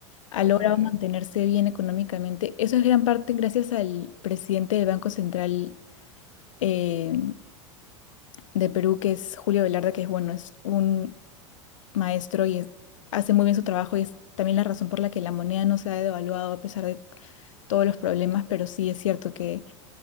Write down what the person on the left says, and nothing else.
ha
logrado
mantenerse bien económicamente. Eso es gran parte gracias al presidente del Banco Central eh, de Perú, que es Julio Velarde, que es bueno, es un maestro y es- hace muy bien su trabajo y es también la razón por la que la moneda no se ha devaluado a pesar de todos los problemas, pero sí es cierto que